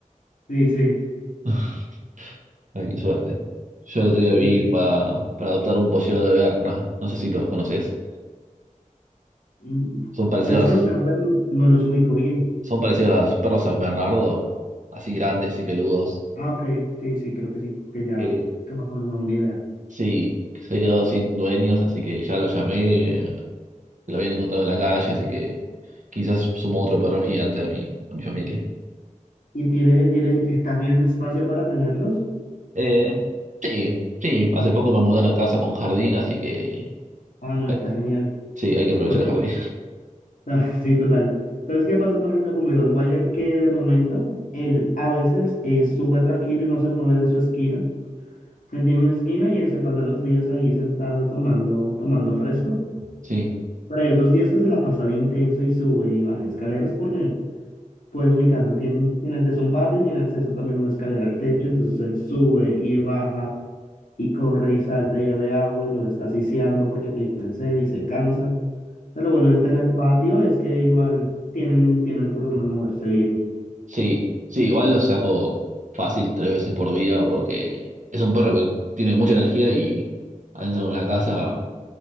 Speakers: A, on the left (about 80°); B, on the right (about 65°).
A: Sí, sí.
B: <laughs> Ay, qué suerte. Yo el otro día vi
A: Sí,
B: para, para adoptar un boyero de Berna. No sé si los conoces.
A: mm,
B: Son parecidos,
A: ¿Sabes qué? Usted no, pero no los ubico bien.
B: son parecidos a los perros San Bernardo, así grandes y peludos.
A: Ah, ok. Sí, sí, creo que sí. Que ya,
B: Eh,
A: que más o menos tengo una idea.
B: sí, que se quedó sin dueños, así que ya lo llamé, lo habían encontrado en la calle, así que quizás sumo otro perro gigante a mi, a mi familia.
A: ¿Y tiene, tiene, estás bien de espacio para tenerlos?
B: Eh, sí, sí, hace poco me mudaron a casa con jardín, así que
A: Ah, no,
B: eh,
A: está genial.
B: sí, hay que aprovechar
A: ¿Por qué?
B: el jardín.
A: Ah, <laughs> Sí, total. ¿Sabes qué pasa, por ejemplo, con mi Rottweiler? Que de momento, él a veces es súper tranquilo y no se mueve de su esquina. Él tiene una esquina y él se pasa los días ahí sentado tomando, tomando fresco.
B: <laughs> Sí,
A: Pero hay otros días que se la pasa de intenso y sube y baja escaleras porque, pues, mi casa tiene, tiene acceso a un patio y tiene acceso también a una escalera al techo. Entonces él sube y baja y corre y salta y bebe agua y lo está asfixiando porque tiene sed y se cansa. Pero bueno de tener patio es que igual tienen, tienen por dónde moverse bien.
B: Sí, sí, igual lo saco fácil tres veces por día porque es un perro que tiene mucha energía y adentro de una casa